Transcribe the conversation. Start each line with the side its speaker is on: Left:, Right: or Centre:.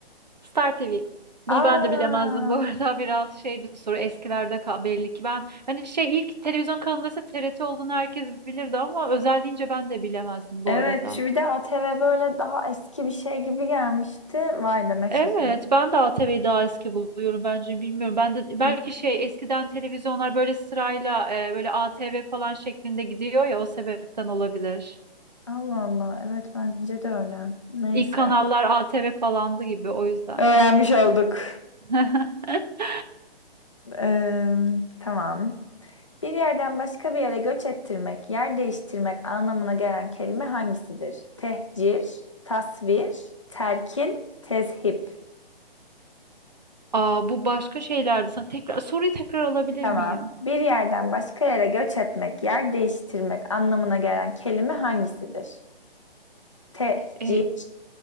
Right: Star TV.
Left: Aa,
Right: Bunu ben de bilemezdim bu arada. <laughs> Biraz şey bir soru. Eskilerde kal- belli ki ben hani şey ilk televizyon kanalında ise TRT olduğunu herkes bilirdi ama özel deyince ben de bilemezdim bu
Left: evet
Right: arada.
Left: Doğru. şu bir de ATV böyle daha eski bir şey gibi gelmişti. Vay demek
Right: Evet,
Left: şaşırdım.
Right: ben de ATV'yi daha eski buluyorum bence bilmiyorum. Ben de belki
Left: Hı.
Right: şey eskiden televizyonlar böyle sırayla e, böyle ATV falan şeklinde gidiyor ya o sebepten olabilir.
Left: Allah Allah evet bence de öyle. Neyse.
Right: İlk kanallar ATV falandı gibi o yüzden.
Left: Öğrenmiş olduk.
Right: <laughs>
Left: Ee, tamam. Bir yerden başka bir yere göç ettirmek, yer değiştirmek anlamına gelen kelime hangisidir? Tehcir, tasvir, terkin, tezhip.
Right: Aa, bu başka şeylerdi. Sana tekrar soruyu tekrar alabilir
Left: Tamam.
Right: miyim?
Left: Bir yerden başka yere göç etmek, yer değiştirmek anlamına gelen kelime hangisidir? Tehcir,
Right: E,